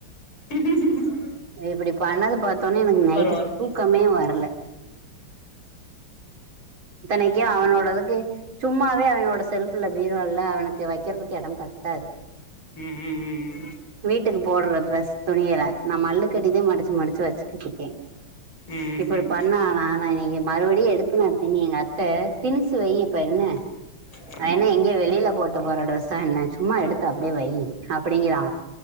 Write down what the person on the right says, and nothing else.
இப்டி பண்ணது பாத்த ஒன்னே எனக்கு நைட்டு
தூக்கமே வர்ல இத்தனைக்கு
அவனோடதுக்கு சும்மாவே அவனோட செல்ஃப்ல பீரோல அவனுக்கு வக்கெற்துக்கு எடம் பத்தாது
வீட்டுக்கு போட்ற ட்ரெஸ் துணியல நா மல்லுக் கட்டிதே மடிச்சி மடிச்சி வச்சுக்கிட்ருக்கே
இப்டி
பண்ணானா நா இன்ன எ மறுபுடியு எடுத்து நா திண்ணே எங்க அத்த திணிச்சி வையி இப்ப என்ன
அவெ என்னெ எங்கே வெளியில போட்டு போற ட்ரெஸ்ஸா என்ன சும்மா எடுத்தா அப்டியே வையி அப்டிங்கிறா